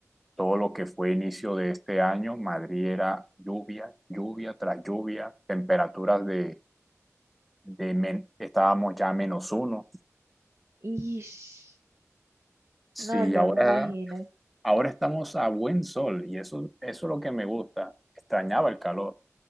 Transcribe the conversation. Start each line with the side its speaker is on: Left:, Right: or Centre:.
Centre: todo lo que fue inicio de este año, Madrid era lluvia, lluvia tras lluvia, temperaturas de, de men- estábamos ya a menos uno.
Right: Ish,
Centre: Sí,
Right: no, no
Centre: ahora,
Right: me imagino.
Centre: ahora estamos a buen sol y eso, eso es lo que me gusta. Extrañaba el calor.